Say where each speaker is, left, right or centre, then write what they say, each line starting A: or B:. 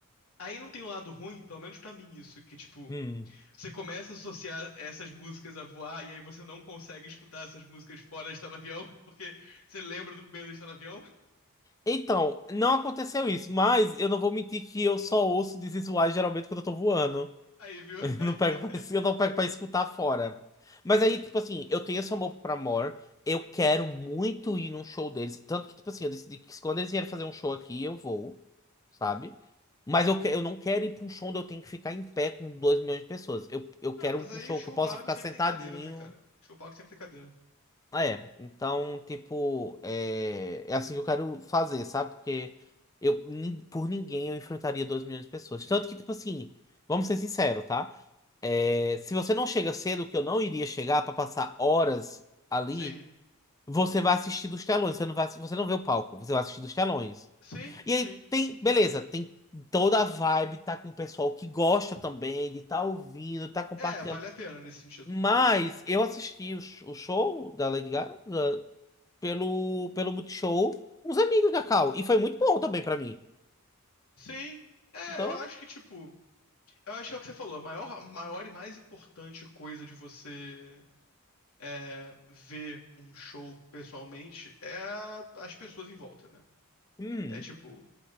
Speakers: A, on the left (about 80°); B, on the left (about 15°).
A: aí não tem o lado ruim, pelo menos pra mim, isso, que tipo.
B: Hum.
A: Você começa a associar essas músicas a voar, e aí você não consegue escutar essas músicas fora de estar no avião, <laughs> porque você lembra do medo de estar no avião.
B: Então, não aconteceu isso, mas eu não vou mentir que eu só ouço This Is Why geralmente quando eu tô voando.
A: Aí, viu? <laughs>
B: <laughs> Eu não pego, pra- <laughs> eu não pego pra escutar fora. Mas aí, tipo assim, eu tenho esse amor pra Amor. Eu quero muito ir num show deles. Tanto que, tipo assim, eu decidi que quando eles vierem fazer um show aqui, eu vou, sabe? Mas eu, que- eu não quero ir pra um show onde eu tenho que ficar em pé com 2 milhões de pessoas. Eu, eu
A: Ah,
B: quero
A: mas aí
B: um show
A: show
B: que eu possa
A: pago
B: ficar
A: sempre
B: sentadinho.
A: tem cadeira, né, cara? Show pago sempre tem cadeira.
B: Ah, é. Então, tipo, é, é assim que eu quero fazer, sabe? Porque eu, nin- por ninguém eu enfrentaria 2 milhões de pessoas. Tanto que, tipo assim, vamos ser sinceros, tá? É, se você não chega cedo, que eu não iria chegar para passar horas ali,
A: Sim,
B: você vai assistir dos telões, você não vai, você não vê o palco, você vai assistir dos telões.
A: sim,
B: E
A: sim.
B: aí tem, beleza, tem toda a vibe, tá com o pessoal que gosta também, de tá ouvindo, tá compartilhando.
A: É, vale a pena nesse sentido.
B: Mas eu assisti o, sh- o show da Lady Gaga pelo, pelo Multishow com os amigos da Cal, e foi muito bom também para mim.
A: Sim, é,
B: Então,
A: eu acho que, tipo, eu acho que é o que você falou, a maior, a maior e mais importante coisa de você é, ver um show pessoalmente é a- as pessoas em volta, né?
B: hum,
A: É tipo,